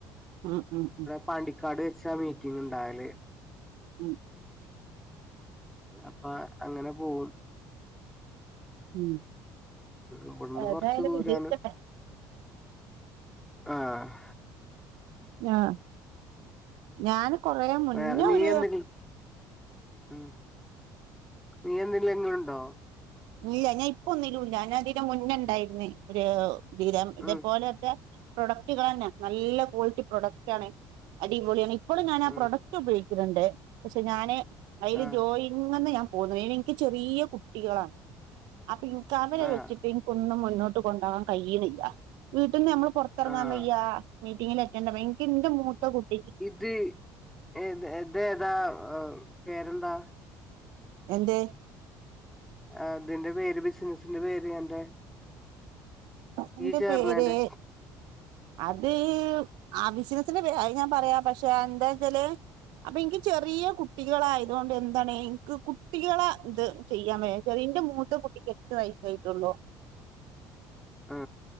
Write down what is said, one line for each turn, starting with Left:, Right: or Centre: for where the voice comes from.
Right: ഉം ഉം ഉം
Centre: പാണ്ടിക്കാട് വെച്ചാ മീറ്റിംഗ് ഇണ്ടാവല്
Right: ഉം
Centre: അപ്പ അങ്ങനെ പോകും.
Right: ഉം
Centre: ഇവിടുന്ന്
Right: ഏതായാലും
Centre: കൊറച്ച് ദൂരാണ്.
Right: വിജയിക്കട്ടെ
Centre: ആഹ്.
Right: ആ ഞാൻ കൊറ മുന്നേ
Centre: വേറെ നീ
Right: ഒരു
Centre: എന്തെങ്കിലും ഉം നീ എന്തില്ലെങ്കിലും ഉണ്ടോ?
Right: ഇല്ല ഞാൻ ഇപ്പൊ ഒന്നിലുമില്ല. ഞാൻ അതിന്റെ മുന്നണ്ടായിരുന്നേ ഒരു വീരം ഇതേപോലെക്കെ.
Centre: ഉം
Right: പ്രൊഡക്റ്റുകൾ തന്നെ നല്ല ക്വാളിറ്റി പ്രൊഡക്റ്റ് ആണ്. അടിപൊളിയാണ് ഇപ്പോളും ഞാൻ ആ
Centre: ഉം
Right: പ്രൊഡക്ട് ഉപയോഗിക്കുന്നുണ്ട്. പക്ഷെ ഞാന് അതിൽ
Centre: ആഹ്
Right: ജോയി ഇങ്ങനെ ഞാൻ പോകുന്നു. എനിക്ക് ചെറിയ കുട്ടികളാണ്. അപ്പൊ ഇനിക്ക് അവരെ
Centre: ആഹ്
Right: വെച്ചിട്ട് ഇനിക്ക് ഒന്നും മുന്നോട്ട് കൊണ്ടാവാൻ കഴിയണില്ല. വീട്ടിൽ നിന്ന് നമ്മൾ പുറ ഇറങ്ങാൻ
Centre: ആഹ്
Right: വയ്യ മീറ്റിങ്ങിൽ അറ്റൻ എനിക്ക് എന്റെ മൂത്ത കുട്ടിക്ക്.
Centre: ത് ഇത് എത് ഏതാ പേരെന്താ.
Right: എന്തേ
Centre: അതിന്റെ പേര് ബിസിനസിന്റെ പേര് എന്തേ
Right: ഇന്റെ
Centre: ചേർന്നേന്റെ
Right: പേര് അത് ആ ബിസിനസിന്റെ പേ ഞാൻ പറയാം പക്ഷെ എന്താ വച്ചാല്. അപ്പൊ എനിക്ക് ചെറിയ കുട്ടികളായതു കൊണ്ട് എന്താണ് എനിക്ക് കു ട്ടികളെ എന്ത് ചെയ്യാൻ വേ ഇന്റെ മൂത്ത കുട്ടിക്ക് എട്ടു വയസ്സായിട്ടുള്ളു.
Centre: മ്മ്